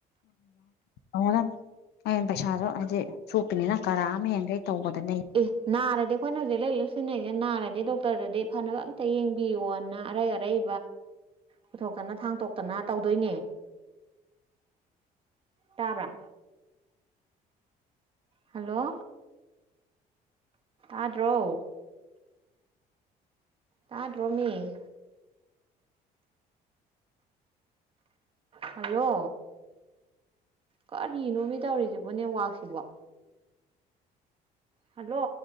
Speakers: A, on the left; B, on the right.
A: ꯑꯩꯅ ꯄꯩꯁꯥꯗꯣ ꯍꯥꯏꯗꯤ ꯁꯣꯛꯄꯅꯤꯅ ꯀꯔꯥ ꯑꯃ ꯍꯦꯟꯒꯩ ꯇꯧꯕꯗꯅꯦ
B: ꯑꯦ ꯅꯥꯔꯗꯤ ꯑꯩꯈꯣꯏꯅ ꯍꯧꯖꯤꯛ ꯂ ꯂ ꯁꯤꯖꯤꯟꯅꯩꯁꯦ ꯅꯥꯔꯗꯤ ꯗꯣꯛꯇꯔꯗꯗꯤ ꯐꯅꯕ ꯑꯝꯇ ꯌꯦꯡꯕꯤꯌꯣꯅ ꯑꯔꯩ ꯑꯔꯩ ꯄꯨꯊꯣꯛꯇꯅ ꯊꯥꯡꯇꯣꯛꯇꯅ ꯇꯧꯗꯣꯏꯅꯦ ꯇꯕ꯭ꯔꯥ ꯍꯜꯂꯣ ꯑꯥꯗ꯭ꯔꯣ ꯇꯥꯛ ꯔꯃꯤꯦ ꯍꯂꯣ ꯀꯔꯤꯅꯣ ꯃꯤ ꯇꯧꯔꯤꯁꯤꯦꯕꯅꯦ ꯋꯥꯛꯁꯤꯕꯣ ꯍꯜꯂꯣ